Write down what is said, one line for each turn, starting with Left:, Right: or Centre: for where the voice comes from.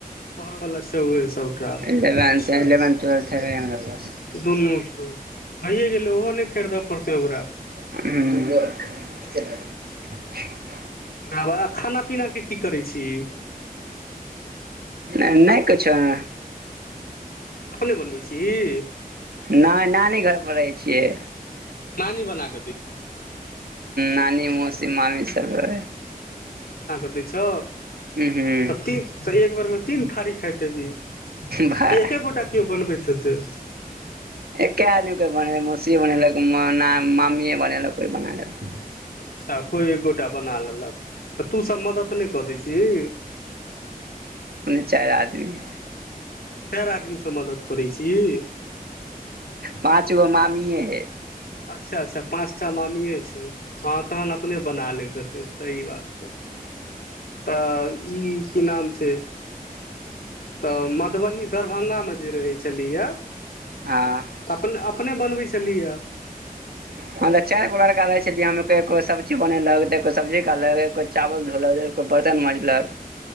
Left: तोहर बला छौहे सबटा
Right: इलेवेन्थ
Left: चल
Right: इलेवेन्थ ट्वेल्थ हेबे है हमरा पास
Left: दुनू छौ भैए गेलैइ ओहो नई खरीदय पड़तै ओकरा
Right: हुं
Left: रबा आ खाना पीनाके की करैइ छीही
Right: नई किछो एं
Left: अपने बनबै छीहीं
Right: नै नानी घर पर रहै छियै
Left: नानी बना क
Right: नानी मौसी मामी सबै
Left: दैइ छौ
Right: हूँ
Left: त ती एक बेर में तीन थारी खाइत हेबही
Right: भाय
Left: कि एके गोटा केओ बनबैत हेतय
Right: एके आदमी कोइ बने मौसीये बनेलक म ना मामीए बनेलक कोइ बना लेले
Left: अच्छा कोई एक गोटा बना लेलक तऽ तू सब मदद नई कऽ दैइ छिही
Right: चाइर आदमी
Left: चाइर आदमी से मदद करै छीहीं
Right: पाँच गो मामीए हइ
Left: अच्छा अच्छा पाँचटा मामिए छै हँ तहन अपने बना लैत हेतै सही बात तऽ ई की नाम छैइ तऽ मर दरभंगा में जे रहैइ छलहिअ
Right: हँ
Left: अपने अप अपने बनबैइ छलिहअ
Right: हं तऽ चार गो लड़का रहैइ छली हम कहियो कोई सब्जी बनेलक कोइ सब्जी काटल कोई चावल धोलक एगो कोई बर्तन माँजलक